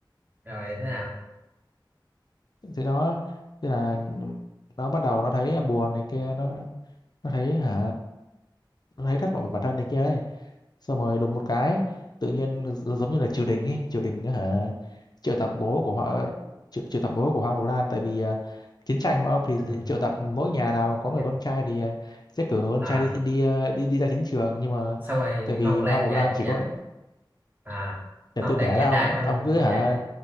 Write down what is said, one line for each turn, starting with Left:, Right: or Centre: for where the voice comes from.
Right: rồi thế nào
Left: thế nó thế là ừ, nó bắt đầu nó thấy buồn này kia nó nó thấy hả nó thấy thất vọng về bản thân này kia ấy xong rồi đùng một cái tự nhiên gi- giống như là triều đình ấy triều đình á hả triệu tập bố của họ triệu, triệu tập bố của Hoa Mộc Lan tại vì à, chiến tranh mà ông thì
Right: ừ.
Left: triệu tập mỗi nhà nào mà có người
Right: Dạ.
Left: con trai thì à, sẽ cử người con
Right: à
Left: trai đi đi à, đi đi ra chiến trường nhưng mà
Right: xong rồi
Left: tại vì
Right: hoa mộc lan
Left: Hoa Mộc
Right: giả
Left: Lan chỉ
Right: giả
Left: có
Right: à
Left: để
Right: hoa
Left: tôi
Right: mộc lan
Left: kể
Right: giả
Left: đó ông
Right: trai xong
Left: ông cứ
Right: đi
Left: hả
Right: dạy